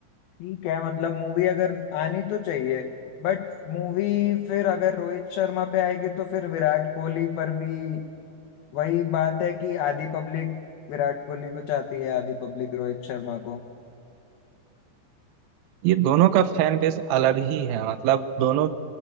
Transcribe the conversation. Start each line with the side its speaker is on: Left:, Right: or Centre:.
Left: ठीक है मतलब मूवी अगर आनी तो चाहिए बट मूवी फिर अगर रोहित शर्मा पे आएगी तो फिर विराट कोहली पर भी वही बात है कि आधी पब्लिक विराट कोहली को चाहती है आधी पब्लिक रोहित शर्मा को
Right: ये दोनों का फैन बेस अलग ही है मतलब दोनों